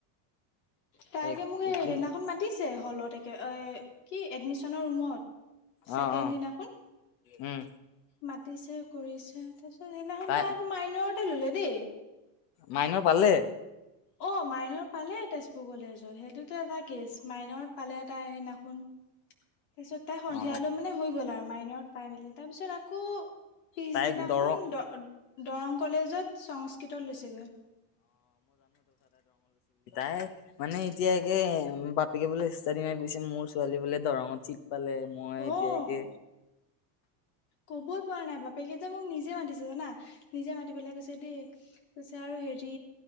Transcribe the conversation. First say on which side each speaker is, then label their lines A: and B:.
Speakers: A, on the left (about 80°); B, on the left (about 65°).
A: তাইকে
B: তাই
A: মোক এই
B: একো
A: সেইদিনাখন মাতিছে হলতে এ কি এডমিশনৰ ৰুমৰত ছেকেণ্ড
B: অ অ
A: দিনাখন।
B: উম
A: মাতিছে কৰিছে তাৰিছত। সেইদিনাখনোন
B: তাই
A: ত আকৌ মাইণৰতে ললে দেই।
B: মাইনৰ পালে
A: অ', মাইনৰ পালে তেজপুৰ কলেজত সেইটোতো এটা কেছ মাইন পালে তাই সেইদিনাখনোন। তাৰ পিছত তাই সন্ধিয়ালৈ
B: অ
A: মানে হৈ গ'ল আৰু মাইনৰত পাই মেলি তাৰ পিছত আৰু আকৌ পিছদিনাখন
B: তাই দৰং
A: দ দৰং কলেজত সংস্কৃতত লৈছেগৈ।
B: এ মানে এতিয়া একে বাপেকে বোলে ইষ্টাদি মাই বুজিছে মোৰ ছোৱালী বোলে দৰঙত পালে মই এতিয়াকে
A: অ কবই পৰা নাই বাপেকেইটা মোক নিজে মাতিছে জনা নিজে মাতি পেলাই কৈছে দেই কৈছে আৰু হেৰি